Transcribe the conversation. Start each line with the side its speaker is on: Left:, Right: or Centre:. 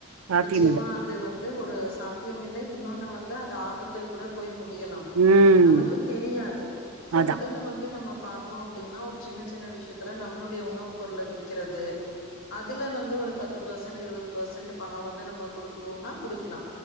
Right: சாத்தியமில்ல
Left: நிச்சயமா அது வந் து ஒரு சாத்தியம் இல்லை இன்னொன்னு வந்து அது ஆபத்தில் கூட போய் மு முடியல்லாம்
Right: ம்
Left: நமக்கு தெரியாது சோ
Right: அதா
Left: மொதல்ல வந் து நம்ம பாத்தோ அப்டினா ஒரு சின்ன சின்ன விஷியத்துல நம்மளுடைய உணவு பொருள விக்கிறது அதுல வந்து ஒரு பத்து பர்சன்ட் இருவது பர்சன்ட் பணோ வந்து நம்ம குடுக்கணுனா குடுக்லா